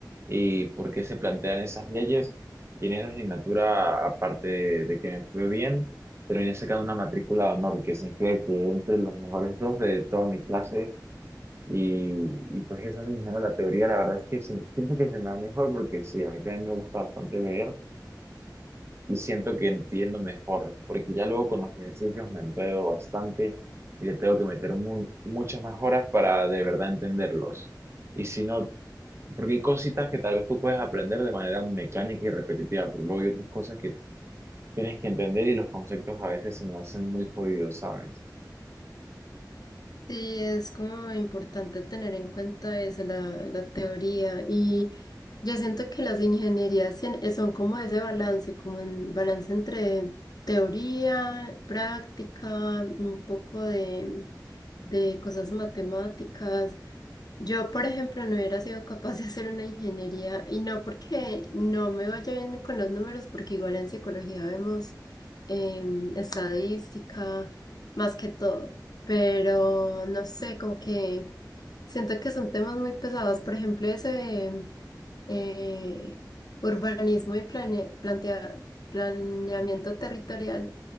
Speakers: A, on the right; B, on the left.
A: y por qué se plantean esas leyes. Y en esa asignatura, aparte de, de que me fue bien, terminé sacando una matrícula de honor, que significa que entre los mejores dos de toda mi clase. Y, y pues esa misma, ¿no? La teoría, la verdad es que se- siento que se me da mejor porque sí, a mí también me gusta bastante leer y siento que entiendo mejor, porque ya luego con los ejercicios me enredo bastante y le tengo que meter mu- muchas más horas para de verdad entenderlos. Y si no, porque hay cositas que tal vez tú puedes aprender de manera mecánica y repetitiva, pero luego hay otras cosas que tienes que entender y los conceptos a veces se me hacen muy jodidos, ¿sabes?
B: Sí, es como importante tener en cuenta eso, la, la teoría. Y yo siento que las ingenierías en- eh, son como ese balance, como un balance entre teoría, práctica, un poco de, de cosas matemáticas. Yo, por ejemplo, no hubiera sido capaz de hacer una ingeniería y no porque no me vaya bien con los números, porque igual en psicología vemos em, estadística más que todo pero no sé, como que siento que son temas muy pesados. Por ejemplo, ese eh, urbanismo y plane- plantea- planeamiento territorial.